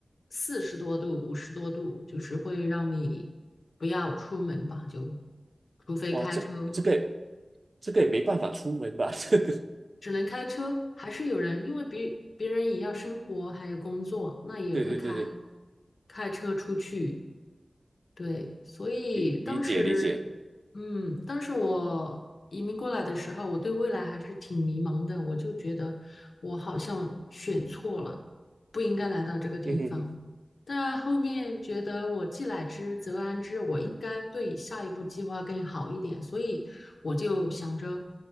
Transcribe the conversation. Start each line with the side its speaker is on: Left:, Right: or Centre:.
Left: 四十多度、五十多度，就是会让你不要出门吧，就
Right: <laughs>
Left: 除非开车，
Right: 哇，这这个这个也没办法出门吧？<laughs> 这个，
Left: 只能开车，还是有人，因为别别人也要生活还有工作，那也会开
Right: 对对对对，
Left: 开车出去，对，所以当时，
Right: 理理解理解，
Left: 嗯，当时我移民过来的时候，我对未来还是挺迷茫的，我就觉得我好像选错了，不应该来到这个地方。
Right: 嗯哼，哼
Left: 但后面觉得我既来之则安之，我应该对下一步计划更好一点，所以我就想着，